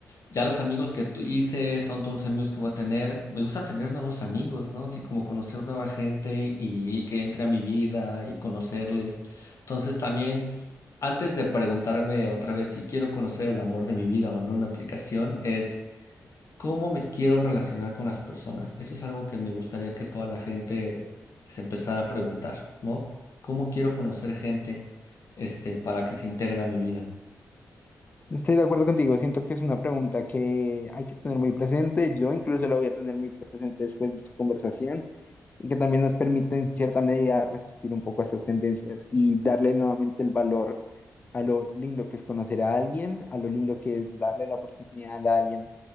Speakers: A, on the left; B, on the left.
A: Ya los amigos que tú hice son todos los amigos que voy a tener. Me gusta tener nuevos amigos, ¿no? Así como conocer nueva gente y, y que entre a mi vida y conocerles. Entonces también, antes de preguntarme otra vez si quiero conocer el amor de mi vida o no en una aplicación, es cómo me quiero relacionar con las personas. Eso es algo que me gustaría que toda la gente se empezara a preguntar, ¿no? ¿Cómo quiero conocer gente, este, para que se integre a mi vida?
B: Estoy de acuerdo contigo, siento que es una pregunta que hay que tener muy presente. Yo incluso la voy a tener muy presente después de esta conversación y que también nos permite en cierta medida resistir un poco a estas tendencias y darle nuevamente el valor a lo lindo que es conocer a alguien, a lo lindo que es darle la oportunidad a alguien